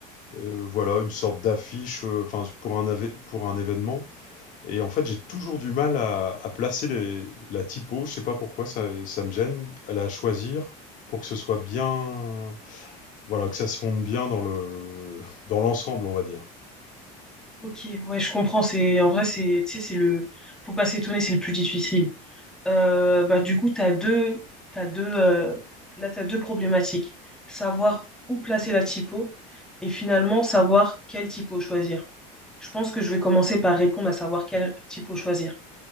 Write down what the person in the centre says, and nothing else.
Ok, ouais, je comprends. C'est en vrai, c'est, tu sais, c'est le, faut pas s'étonner, c'est le plus difficile. Euh, bah du coup, t'as deux, t'as deux, euh, là t'as deux problématiques. Savoir où placer la typo et finalement savoir quelle typo choisir. Je pense que je vais commencer par répondre à savoir quelle typo choisir.